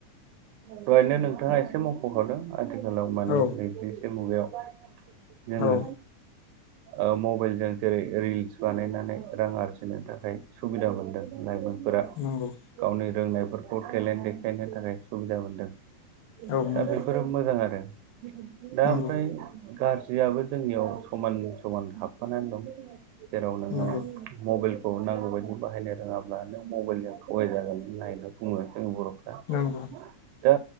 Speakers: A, on the right; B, on the left.
A: बेहायनो नोंथाङा एसे मख'खादों। आथिखालाव मानि
B: औ
A: नैजिसे मुगायाव जोङो
B: औ
A: ओ मबाइलजों जेरै रिल्स बानायनानै रां आरजिनो थाखाय सुबिदा मोनदों लाइमोनफोरा
B: नंगौ।
A: गावनि रोंनायफोरखौ टेलेन्ट देखायनो थाखाय सुबिदा मोनदों।
B: औ
A: दा
B: नंगौ
A: बेफोरो मोजां आरो दा
B: नंगौ
A: ओमफ्राय गाज्रियाबो जोंनियाव समान समान हाबफानानै दं जेराव नोङो
B: नंगौ
A: मबाइल बे नांगौ बायदि बाहायनो रोङाब्ला नों मबाइलजों थगाय जागोन होननायनानै बुङो जोंनि बर' दा
B: नंगौ